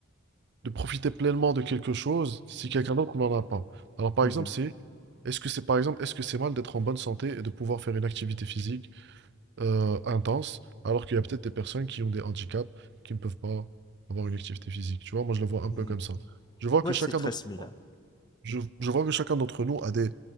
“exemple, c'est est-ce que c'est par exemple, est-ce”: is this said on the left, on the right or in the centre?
Right